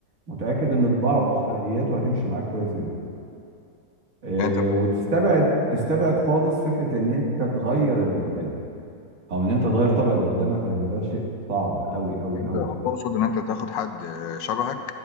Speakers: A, on the right (about 50°); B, on the left (about 85°).
A: متأكد إن طباعه وأخلاقياته هتمشي معاك كويس جدا آه
B: يعني انت
A: وتستبعد تستبعد خالص فكرة إن أنت تغير اللي قدامك أو إن أنت تغير طبع اللي قدامك لأن ده شيء صعب أوي أوي
B: انت
A: أوي يعني
B: تقصد ان انت تاخد حد آه، شبهك